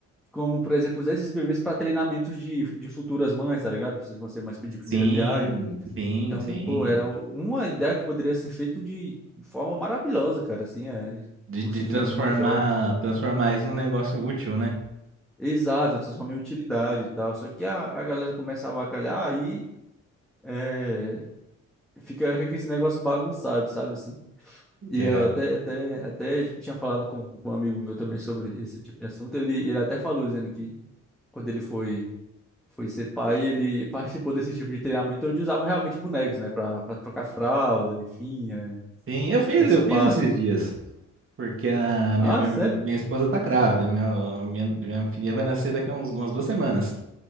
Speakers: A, in the centre; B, on the right (about 45°).
A: como, por exemplo, usar esses bebês para treinamentos de, de futuras mães, tá ligado? Pessoas que vão ser mães de primeira
B: Sim,
A: viagem.
B: sim,
A: Então,
B: sim.
A: pô, era uma ideia que poderia ser feito de forma maravilhosa, cara, assim, é,
B: De,
A: curso
B: de transformar,
A: de, de mães jovens.
B: transformar isso num negócio útil, né?
A: Exato, transformar em utilidade e tal. Só que a, a galera começa a avacalhar, aí é, fica, fica esse negócio bagunçado, sabe, assim. E
B: É.
A: eu até, até, até tinha falado com, com um amigo meu também sobre esse tipo de assunto. Ele, ele até falou, dizendo que quando ele foi, foi ser pai, ele participou desse tipo de treinamento onde usavam realmente bonecos, né, pra, pra trocar fralda, enfim, é,
B: Sim, eu fiz,
A: essa
B: eu fiz
A: parte,
B: esses
A: né?
B: dias. Porque a minha,
A: Ah,
B: minha,
A: sério?
B: minha esposa tá grávida, minha, minha, minha filha vai nascer daqui a uns, umas duas semanas.